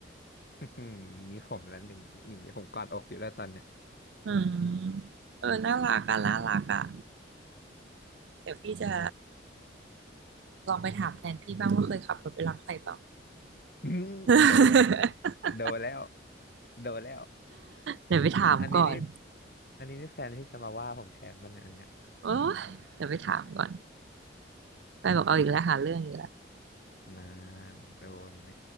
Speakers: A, on the left (about 50°); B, on the right (about 70°).
A: <laughs> อื้อหือมีผมแล้วหนึ่งหนีผมกอดอกอยู่แล้วตอนเนี้ย
B: อืมเออน่ารักอะน่ารักอะ
A: อ่า
B: เดี๋ยวพี่จะลองไปถามแฟนพี่บ้างว่าเคยขับรถไปรับใครเปล่า
A: <laughs> อื้อโดน
B: <laughs>
A: โดนแล้วโดนแล้ว
B: เดี๋ยวไปถามก่อน
A: อันนี้นี่อันนี้นี่แฟนพี่จะมาว่าผมแทนมันยอันเนี้ย
B: โอ้เดี๋ยวไปถามก่อนไปบอกเอาอีกแล้วหาเรื่องอีกแล้ว
A: นานโดนแน่